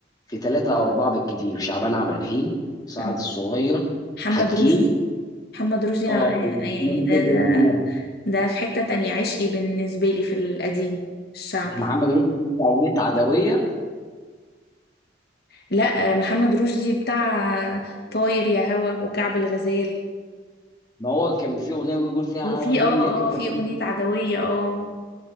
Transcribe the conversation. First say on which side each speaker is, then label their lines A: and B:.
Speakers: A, on the left; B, on the left.
A: في ثلاثه او اربعه بالكتير شعبان عبد الرحيم سعد
B: آه.
A: الصغير
B: محمد
A: حكيم
B: رشدي محمد رشدي
A: اه
B: أنا-
A: ومحمد
B: يعني ده
A: ده الجليل
B: ده
A: مثلا.
B: ده في حتة تانية عشقي بالنسبة لي في القديم الشعبي
A: محمد رشدي بيقول في اغنيه عدويه
B: لا محمد رشدي بتاع طاير يا هوا وكعب الغزال
A: ما هو كان في اغنيه بيقول فيها
B: وفي
A: عدويه
B: اه
A: كده
B: اه في اغنية عدوية اه